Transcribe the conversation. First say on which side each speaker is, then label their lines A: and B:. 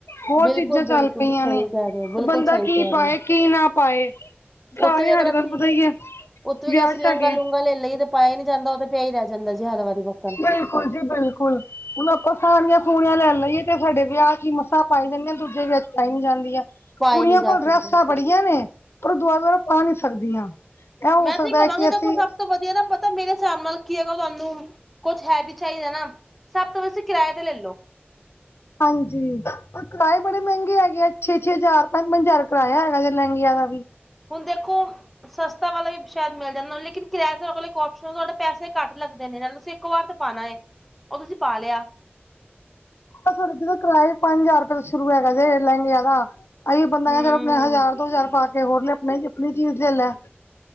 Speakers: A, on the left; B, in the centre.
A: ਹੋਰ
B: ਬਿਲਕੁਲ
A: ਚੀਜ਼ਾਂ ਚੱਲ
B: ਬਿਲਕੁਲ
A: ਪਈਆ
B: ਸਹੀ
A: ਨੇ
B: ਕਹਿ ਰਹੇ ਹੋ ਬਿਲਕੁਲ
A: ਬੰਦਾ
B: ਸਹੀ
A: ਕੀ
B: ਕਹਿ
A: ਪਾਏ-ਕੀ
B: ਰਹੇ ਹੋ
A: ਨਾ ਪਾਏ। ਸਾਰੇ
B: ਉੱਥੇ ਵੀ
A: ਹੀ
B: ਅਗਰ ਅਸੀਂ
A: <unintelligible> ਪਤਾ ਹੀ ਆ
B: ਉੱਥੇ ਵੀ
A: ਵਿਆਹ
B: ਅਗਰ ਅਸੀਂ
A: ਚ
B: ਲਹਿੰਗਾ
A: ਸਾਡੇ।
B: ਲੂੰਗਾ ਲੈ ਲਈਏ ਤੇ ਪਾਇਆ ਨੀ ਜਾਂਦਾ ਉਹ ਤੇ ਪਿਆ ਹੀ ਰਹਿ ਜਾਂਦਾ ਜੀ ਹਰ ਵਾਰੀ ਵਕਨ।
A: ਬਿਲਕੁਲ ਜੀ ਬਿਲਕੁਲ। ਹੁਣ ਆਪਾ ਸਾਡੀਆ-ਸੂਡੀਆ ਲੈ ਲਈਏ ਤੇ ਸਾਡੇ ਵਿਆਹ ਚ ਹੀ ਮਸਾ ਪਾਈ ਜਾਂਦੀਆ ਦੂਜੇ ਵਿਆਹ ਚ ਪਾਈ ਨੀ ਜਾਂਦੀਆ।
B: ਪਾ
A: ਕੁੜੀਆ
B: ਹੀ ਨਹੀਂ ਜਾ
A: ਕੋਲ
B: ਸਕਦੇ
A: ਡਰੈਸਾ ਬੜੀਆਂ ਨੇ, ਪਰ ਉਹ ਦੁਆ ਦੁਆਰਾ ਪਾ ਨੀ ਸਕਦੀਆ। ਇਹ ਹੋ
B: ਮੈਂ
A: ਸਕਦਾ
B: ਤੇ ਕਵਾਂਗੀ
A: ਹੈ ਕਿ
B: ਦੇਖੋ
A: ਅਸੀ
B: ਸਭ ਤੋਂ ਵਧੀਆ ਨਾ ਪਤਾ ਮੇਰੇ ਹਿਸਾਬ ਨਾਲ ਕੀ ਹੈਗਾ ਤੁਹਾਨੂੰ ਕੁੱਛ ਹੈਵੀ ਚਾਹੀਦਾ ਨਾ ਸਭ ਤੋਂ ਵਸੀ ਕਿਰਾਏ ਤੇ ਲੈਲੋ।
A: ਹਾਂਜੀ ਕਿਰਾਏ ਬੜੇ ਮਹਿੰਗੇ ਹੈਗੇ ਆ ਛੇ-ਛੇ ਹਜ਼ਾਰ ਤੱਕ ਪੰਜ-ਪੰਜ ਹਜਾਰ ਕਿਰਾਇਆ ਹੈਗਾ ਜੇ ਲਹਿੰਗੀਆ ਦਾ ਵੀ।
B: ਹੁਣ ਦੇਖੋ ਸਸਤਾ ਵਾਲਾ ਵੀ ਸ਼ਾਇਦ ਮਿਲ ਜਾਂਦਾ। ਲੇਕਿਨ ਕਿਰਾਏ-ਕੁਰਾਏ ਵੇਲੇ ਕੋਪਸ਼ਨਲ ਤੁਹਾਡੇ ਪੈਸੇ ਘੱਟ ਲੱਗਦੇ ਨੇ ਤੁਸੀਂ ਇੱਕ ਵਾਰ ਤਾਂ ਪਾਉਣਾ ਉਹ ਤੁਸੀਂ ਪਾ ਲਿਆ।
A: ਆ ਸਰਦੀਆਂ 'ਚ' ਕਿਰਾਆ ਪੰਜ ਹਜ਼ਾਰ ਰੁਪਏ ਸ਼ੁਰੂ ਹੈਗਾ ਜੇ ਲਹਿੰਗਿਆਂ ਦਾ। ਅਹੀ ਬੰਦਾ
B: ਹੂੰ
A: ਅਗਰ ਆਪਣੇ ਹਜ਼ਾਰ ਤੋਂ ਦੋ ਹਜ਼ਾਰ ਪਾ ਕੇ ਹੋਰ ਆਪਣੀ- ਆਪਣੀ ਚੀਜ਼ ਲੈਲੈ।